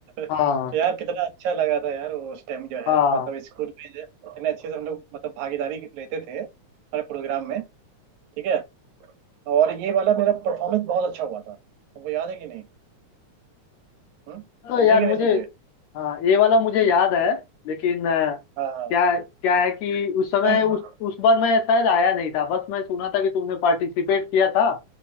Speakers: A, on the right; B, on the left.
A: <laughs>
B: हाँ
A: यार कितना अच्छा लगा था यार वो उस टाइम जो
B: हाँ
A: है मतलब स्कूल में जो- इतने अच्छे से हम लोग मतलब भागीदारी लेते थे हर प्रोग्राम में ठीक है और ये वाला मेरा परफॉर्मेंस बहुत अच्छा हुआ था तुमको याद है कि नहीं हम्म
B: तो
A: समझे
B: यार
A: कि
B: मुझे
A: नहीं समझे
B: हाँ ये वाला मुझे
A: हम्म,
B: याद है लेकिन अ,
A: हाँ हाँ
B: क्या क्या है कि उस समय
A: <clears throat>
B: उस उस बार मैं शायद आया नहीं था बस मैं सुना था कि तुमने पार्टिसिपेट किया था